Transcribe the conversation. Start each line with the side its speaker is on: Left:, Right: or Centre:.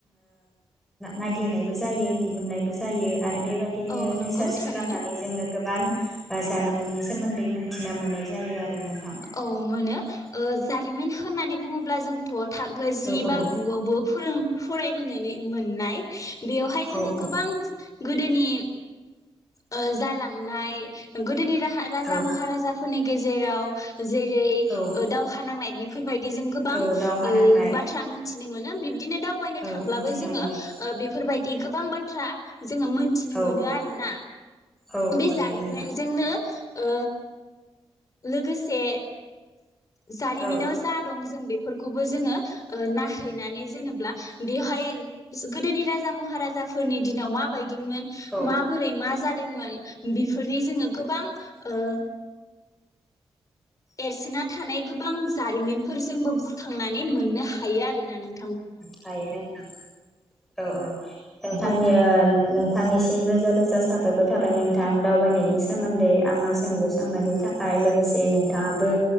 Centre: नागिरनायबो जायो दिहुननायबो जायो आरो। बेबायदिनो
Left: औ
Centre: रिसार्च
Left: नंगौ थारैनो
Centre: खालामनानै जोङो गो बां ओ जारिमिननि सोमोन्दै मोनथिना मोननाय जायो आरो नोंथां।
Left: औ मोनो ओ जारिमिन होननानै बुङोब्ला जोंथ' थाखो जि
Centre: औ औ
Left: बा गुआवबो फोरों फरायबोनानै मोननाय। बेवहाय
Centre: औ
Left: जोङो
Centre: औ
Left: गोबां गोदोनि ओ जालांनाय गोदोनि राजा
Centre: औ
Left: महाराजाफोरनि गेजेराव जेरै
Centre: औ
Left: ओ दावहा नांनाय बे बायदि जों गोबां
Centre: औ दावहा
Left: ओ
Centre: नांनाय
Left: बाथ्रा मोनथि नि मोनो बि बिदिनो दावबायनो
Centre: औ
Left: थांब्लाबो
Centre: मिथिनो
Left: जोङो
Centre: मोनो
Left: ओ बेफोरबायदि गोबां बाथ्रा जोङो मोनथिनो
Centre: औ
Left: मोनो
Centre: औ
Left: आरोना।
Centre: औ
Left: बे
Centre: मोनो
Left: जारिमिनजोंनो
Centre: नोंथां
Left: ओ लोगोसे जारिमिनाव
Centre: औ
Left: जा दं जों बे फोरखौबो जोङो ओ नायहैनानै जेनेबा बेवहाय गोदोनि राजा महाराजाफोरनि दिनाव माबायदि मोन
Centre: औ
Left: माबोरै मा जादोंमोन बेफोरनि जोङो गोबां ओ एरसोना थानाय गोबां जारिमिनफोरजोंबो बुरखांनानै मोननो हायो आरोना नों
Centre: दायो नोंथां औ औ नोंथांनि
Left: औ
Centre: ओ नोंथांनि सिम रोजा रोजा साबायखर थाबाय नोंथां दावबायनायनि सोमोन्दै आंनाव सोंलु सोंनायनि थाखाय लोगोसे नोंथाङाबो